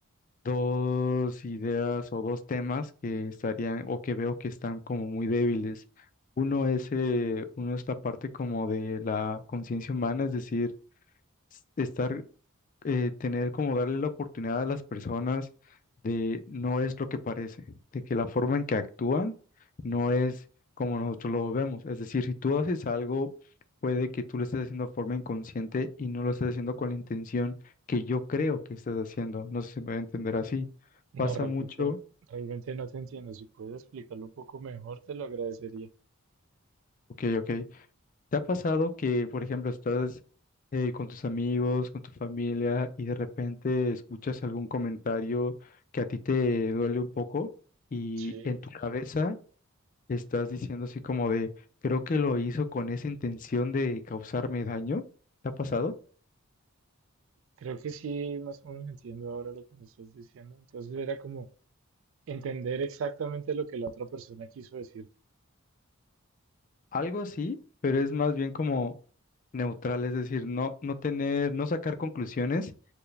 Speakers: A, on the left; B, on the right.
A: dos ideas o dos temas que estarían o que veo que están como muy débiles. Uno es, eh, uno es la parte como de la conciencia humana, es decir, s- estar eh, tener como darle la oportunidad a las personas de no es lo que parece, de que la forma en que actúan no es como nosotros lo vemos. Es decir, si tú haces algo, puede que tú lo estés haciendo de forma inconsciente y no lo estés haciendo con la intención que yo creo que estás haciendo. No sé si me voy a entender así.
B: No,
A: Pasa
B: realmente,
A: mucho.
B: realmente no te entiendo. Si puedes explicarlo un poco mejor, te lo agradecería.
A: Ok, ok. ¿Te ha pasado que, por ejemplo, estás eh, con tus amigos, con tu familia y de repente escuchas algún comentario que a ti te duele un poco y
B: Sí,
A: en tu cabeza estás diciendo así como de, creo que lo hizo con esa intención de causarme daño? ¿Te ha pasado?
B: creo que sí, más o menos entiendo ahora lo que me estás diciendo. Entonces era como Entender exactamente lo que la otra persona quiso decirte.
A: Algo así, pero es más bien como neutral, es decir, no, no tener, no sacar conclusiones